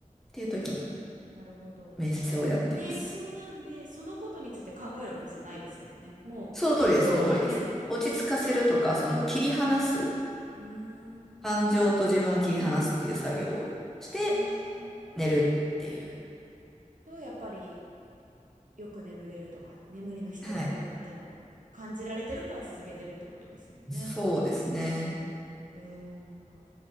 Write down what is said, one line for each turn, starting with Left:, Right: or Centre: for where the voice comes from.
Centre: ていう時に、
Right: なるほど。
Centre: メッセをやってます。
Right: でも、瞑想なんで、そのことについて考えるわけじゃないですもんね。もう、
Centre: その通りです、
Right: 心をね、
Centre: その通りです。落ち着かせるとか、その切り離す、
Right: うーん、うーん、
Centre: 感情と自分を切り離すっていう作業をして、
Right: へえ、
Centre: 寝るっていう。
Right: と、やっぱり、よく眠れるとか眠りの質がいいとかってのを感じられてるから続けてるってことですもんね。
Centre: はい。そうですね。
Right: えー、やっぱ